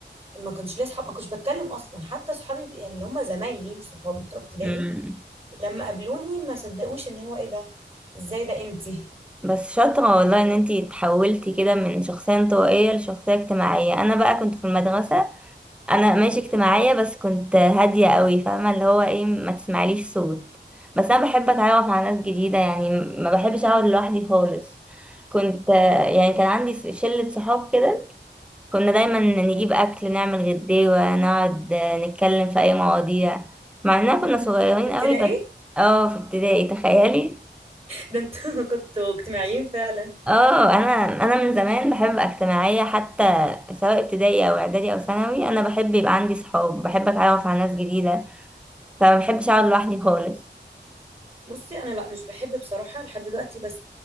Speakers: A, on the right; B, in the centre.
A: ما كانش ليا اصحاب ما كنتش بتكلم اصلا حتى اصحابي يعني اللي هم زمايلي مش صحابي بتوع ابتدائي
B: <laughs> مم.
A: لما قابلوني ما صدقوش ان هو ايه ده ازاي ده انتي
B: بس شاطرة والله ان انتي اتحولتي كده من شخصية انطوائية لشخصية اجتماعية انا بقى كنت في المدرسة انا ماشي اجتماعيه بس كنت هاديه قوي فاهمه اللي هو ايه ما تسمعليش صوت بس انا بحب اتعرف على ناس جديده يعني ما بحبش اقعد لوحدي خالص كنت يعني كان عندي شله صحاب كده كنا دايما نجيب اكل نعمل غداوه نقعد نتكلم في اي مواضيع مع اننا كنا صغيرين
A: في ابتدائي
B: قوي بس اه في ابتدائي تخيلي
A: ده انتوا <laughs> كنتوا اجتماعيين فعلا
B: اه انا انا من زمان بحب أبقى اجتماعيه حتى سواء ابتدائي او اعدادي او ثانوي انا بحب يبقى عندي صحاب بحب اتعرف على ناس جديده لا ما بحبش اقعد لوحدي خالص
A: بصي انا لا مش بحب بصراحه لحد دلوقتي بس